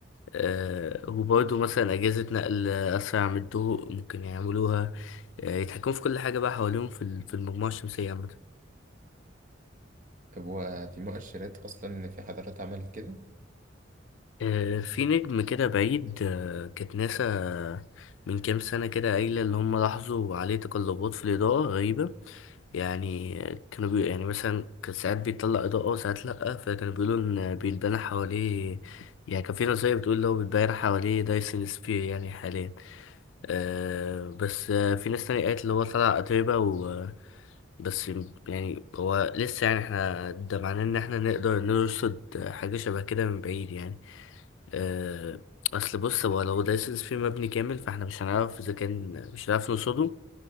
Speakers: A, on the left; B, on the right.
A: آه، وبرضه مثلا أجهزة نقل أسرع من الضوء ممكن يعملوها آه، يتحكموا في كل حاجة بقى حواليهم في ال- في المجموعة الشمسية عامة
B: طب وفي مؤشرات أصلا في حضارات عملت كده؟
A: آه، في نجم كده بعيد آه، كانت ناسا من كام سنة كده قايلة اللي هم لاحظوا عليه تقلبات في الإضاءة غريبة يعني كانوا بي... يعني مثلا كان ساعات بيطلع إضاءة وساعات لأ فكانوا بيقولوا إن بيتبنى حواليه يعني كان في نظرية بتقول لو بيتبنى حواليه دايسون سفير يعني حاليا آه بس آه في ناس تانية قالت اللي هو طلع أتربة و بس يعني هو لسه يعني احنا ده معناه ان احنا نقدر نرصد حاجة شبه كده من بعيد يعني آه اصل بص هو لو دايسنس فيه مبني كامل فاحنا مش هنعرف اذا كان مش هنعرف نرصده